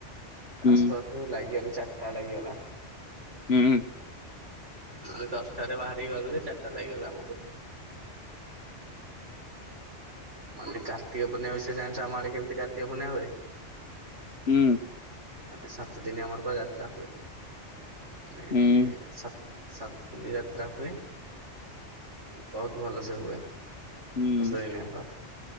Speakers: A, on the left (about 60°); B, on the right (about 85°).
A: ହୁଁ
B: ଆସୁ ଆସୁ ଲାଗିଗଲି ଚାରିଟା ଲାଗିଗଲା।
A: ହୁଁ।
B: ମାନେ ଦଶଟାରେ ବାହାରି ଗଲୁ ଯେ ଚାରିଟା ଲାଗିଗଲା ଆମକୁ। ମାନେ କାର୍ତ୍ତିକ ପୂର୍ଣିମା ବିଷୟରେ ଜାଣିଚ ଆମ ଆଡେ କେମିତି କାର୍ତ୍ତିକ ପୂର୍ଣିମା ହୁଏ?
A: ହୁଁ।
B: ମାନେ ସାତ ଦିନି ଆମର ପୁରା ଯାତ୍ରା ହୁଏ ମାନେେ
A: ହୁଁ
B: ସାତ୍ ସାତ ଦିନି ଯାତ୍ରା ହୁଏ ବୋହୁତ ଭଲସେ ହୁଏ।
A: ହୁଁ
B: ଦଶ ଦିନ ଯାକ